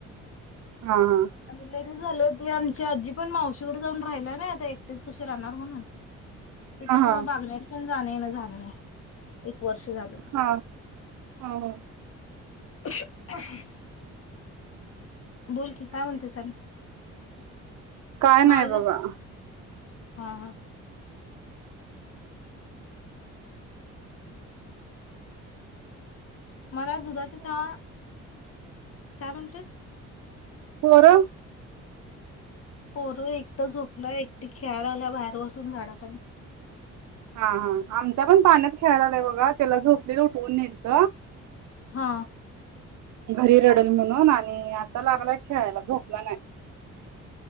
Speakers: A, on the right (about 70°); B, on the left (about 50°).
A: हा हा.
B: आणि लय ते झाल, चं आमची आजी पण मावशीकडे जाऊन राहिला ना आता एकटेच कशी राहणार म्हणून. त्याच्यामुळे
A: हा हा
B: <inaudible> जाणे ना जाणे ए वर्ष झालं.
A: हा <unintelligible>
B: <inaudible> बोल की काय म्हणतेस आणि,
A: काय नाही
B: माझं
A: बघा.
B: हा हा. मला दुधाचा चहा. काय म्हंटलस.
A: पोरं.
B: पोर, एकट झोपलं एकटी खेळाल्या बाहेर बसून झाडाखाली.
A: हा हा आमचा पण पाण्यात खेळायला बघा त्याला झोपलेलं उठवून नेलत.
B: हा.
A: घरी रडल म्हणून, आणि आता लागलाय खेळायला झोपला नाही.